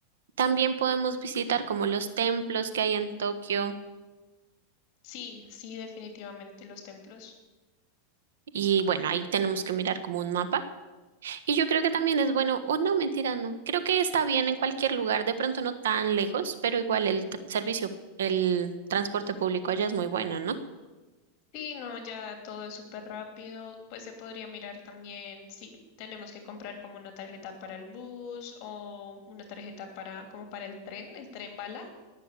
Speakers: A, on the right; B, on the left.
A: también podemos visitar como los templos que hay en Tokio
B: sí, sí, definitivamente los templos.
A: y bueno, ahí tenemos que mirar como un mapa Y yo creo que también es bueno, o no, mentira, no. Creo que está bien en cualquier lugar, de pronto no tan lejos, pero igual el t- servicio, el transporte público allá es muy bueno, ¿no?
B: Sí, no, ya todo es súper rápido. Pues se podría mirar también si tenemos que comprar como una tarjeta para el bus o una tarjeta para como para el tren, el tren bala.